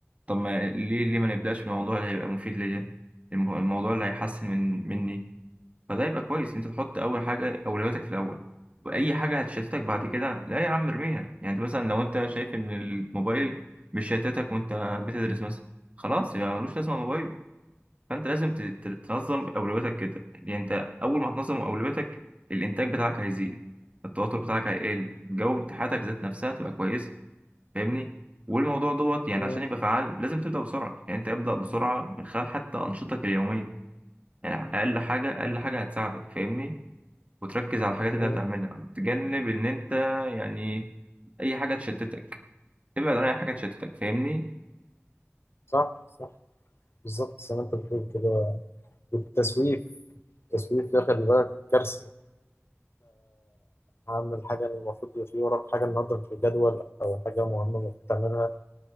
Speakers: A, on the right; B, on the left.
A: طب ما ليه ليه ما نبداش بالموضوع اللي هيبقى مفيد ليا الم- الموضوع اللي هيحسن من مني فده يبقى كويس انت تحط اول حاجه اولوياتك في الاول واي حاجه هتشتتك بعد كده لا يا عم ارميها يعني مثلا لو انت شايف ان الموبايل مش شتتك وانت بتدرس مثلا خلاص يبقى ملوش لازمه الموبايل فانت لازم ت- ت- تنظم اولوياتك كده يعني انت اول ما تنظم اولوياتك الانتاج بتاعك هيزيد التوتر بتاعك هيقل جو امتحاناتك ذات نفسها تبقى كويسه فاهمني والموضوع دوت يعني
B: مم.
A: عشان يبقى فعال لازم تبدا بسرعه يعني انت ابدا بسرعه من خلال حتى انشطتك اليوميه يعني اقل حاجه اقل حاجه هتساعدك فاهمني وتركز على الحاجات اللي
B: مم.
A: انت بتعملها وتجنب ان انت يعني اي حاجه تشتتك ابعد عن اي حاجه تشتتك فاهمني
B: صح صح بالظبط زي ما انت بتقول كده والتسويف التسويف ده خلي بالك كارثه عامل حاجه المفروض يبقى في وراك حاجه النهارده في الجدول او حاجه مهمه المفروض تعملها